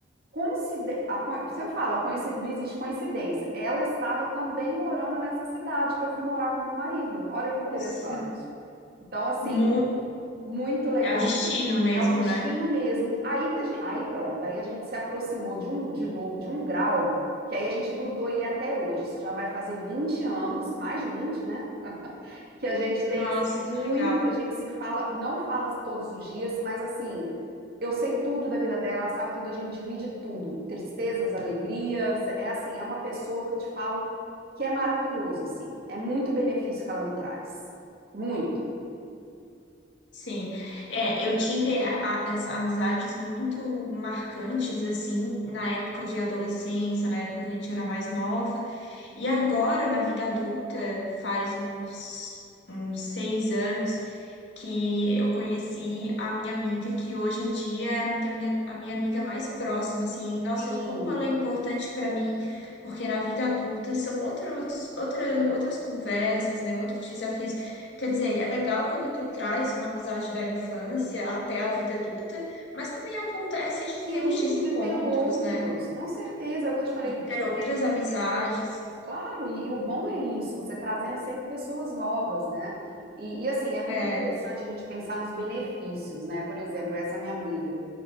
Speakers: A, on the right; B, on the left.
A: Coincide- a coi- Se eu falo, a coinci- não existe coincidência. Ela estava também morando nessa cidade que eu fui morar com meu marido. Olha que
B: Nossa,
A: interessante. Então, assim,
B: muito.
A: muito legal.
B: É o destino mesmo,
A: É o destino
B: né?
A: mesmo. Aí que a gente, aí pronto, aí a gente se aproximou de um, de novo, de um grau, que aí a gente grudou e é até hoje. Isso já vai fazer 20 anos, mais de vinte né? Que a gente
B: Nossa,
A: tem assim
B: que
A: muito,
B: legal.
A: a gente se fala, não fala todos os dias, mas assim, eu sei tudo da vida dela, ela sabe tudo, a gente divide tudo, tristezas, alegrias, é assim, é uma pessoa que eu te falo que é maravilhoso, assim, é muito benefício que ela me traz, muito.
B: Sim, é, eu tive a- a- as amizades muito marcantes, assim, na época de adolescência, na época que a gente era mais nova, e agora, na vida adulta, faz uns, uns seis anos, que eu conheci a minha amiga, que hoje em dia é a amiga- minha, a minha amiga mais próxima, assim, nossa,
A: Sim,
B: como ela é importante para mim, porque na vida adulta são outros, outra, outras conversas, né, outros desafios. Quer dizer, é legal quando tu traz uma amizade da infância até a vida adulta, mas também acontece de
A: sim,
B: ter os desencontros,
A: de ter outros,
B: né,
A: com certeza, é o que eu te falei,
B: ter
A: diferentes
B: outras amizades,
A: interesses, claro, e, e o bom é isso, você trazendo sempre pessoas novas, né? E, e assim, é muito
B: é,
A: interessante a gente pensar nos benefícios, né? Por exemplo, essa minha amiga.